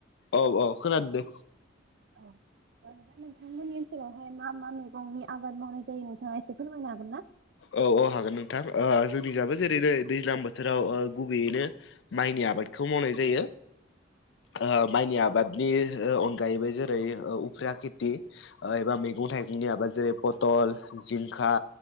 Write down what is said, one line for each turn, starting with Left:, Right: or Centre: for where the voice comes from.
Left: अ अ खोनादों दे।
Right: अ। दा नोंथांमोननि ओनसोलावहाय मा मा मैगंनि आबाद मावनाय जायो नोंथाङा एसे फोरमायनो हागोन ना?
Left: औ औ हागोन नोंथां ओ जोंनि जाबो जेरैनो दैज्लां बोथोराव गुबैयैनो माइनि आबादखौ मावनाय जायो ओ माइनि आबादनि अनगायैबो ज ओरै उफ्रिया खेथि ओ एबा मैगं थाइगंनि आबाद जेरै पथल जिंखा